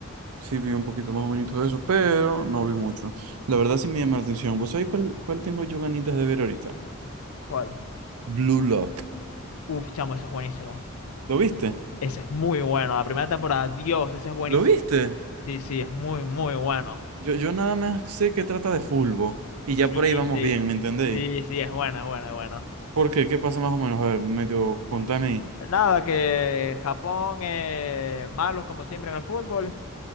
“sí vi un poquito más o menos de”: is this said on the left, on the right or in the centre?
Right